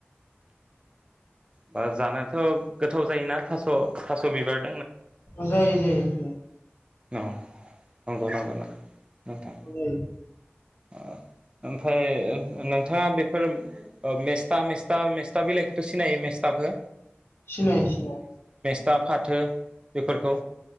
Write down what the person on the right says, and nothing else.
बा जानोथ' गोथाव जायोना थास' थास' बिबार
अ नंगौ नंगौ नोंथां।
ओ ओमफ्राय नोंथाङा बेफोर मेस्था मेस्था मेस मेस्था बिलाइखखौथ' सिनायो मेस्थाखो?
दा फाथो बेफोरखौ?